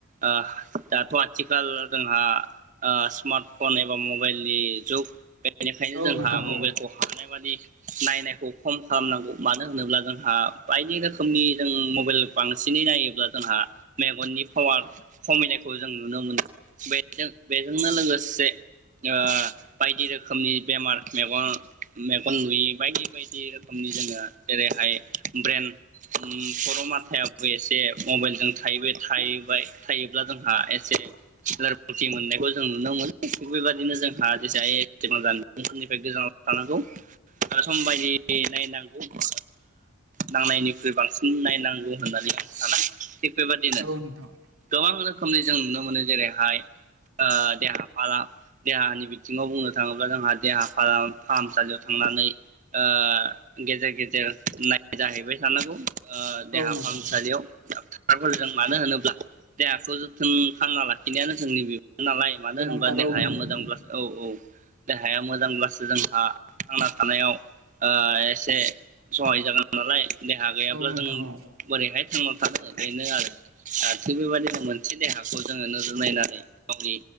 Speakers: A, on the right; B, on the right.
A: ओह दाथ' आथिखाल जोंहा ओ स्मार्ट फन एबा मबेइलनि जुग बे बेनिखायनो
B: औ
A: जोंहा
B: नोंथां
A: मबेइलखौ
B: औ
A: हानाय बादि नायनायखौ खम खालामनांगौ मानो होनोब्ला जोंहा बायदि रोखोमनि जों मबेइल बांसिनै नायोब्ला जोंहा मेगननि पावार खमिनायखौ जों नुनो मोनो। बेजों बे जोंनो लोगोसे ओ बायदि रोखोमनि बेमार मेगन मेगन नुयि बायदि बायदि दि रोखोमनि जोङो जेरैहाय ब्रेन उम खर' माथायाबो एसे मबेइलजों थायो बे थायोब्ला जोंहा एसे लोरबांथि मोननायखौ जों नुनो मोनो। थिग बेबायदिनो जोंहा जेसेजफोरनिफ्राय गोजानाव थानांगौ सम बायदि नायनांगौ ओ नांनायनिख्रुइ बांसिन नायनांगौ होननानै आं साना बे बेबादिनो
B: औ नोंथां
A: गोबां रोखोमनि जों नुनो मोनो जेरैहाय ओ देहा फाला देहानि बिथिङाव बुंनो थाङोब्ला जोंहा देहा फाला फाहामसालियाव थांनानै ओ गेजेर-गेजेर नायजाहैबाय थानांगौ। ओ देहा
B: औ नोंथां
A: फाहामसालियाव डाक्टरफोरजों मानो होनोब्ला देहाखौ जोथोन फानना लाखिनायानो जोंनि बिबान नालाय मानो
B: गोनांथार
A: होनोबा देहाया
B: औ नोंथां
A: मोजांब्लासो औ औ देहाया मोजांब्लास जोंहा थांना आनायाव ओ एसे सहाय जागोन नालाय देहा गैयाब्ला
B: औ नोंथां
A: जों
B: औ
A: बोरैहाय थांना थानो बेनो आरो थिग बेबायदिनो मोनसे देहाखौ जोङो नोजोर नायनानै गावनि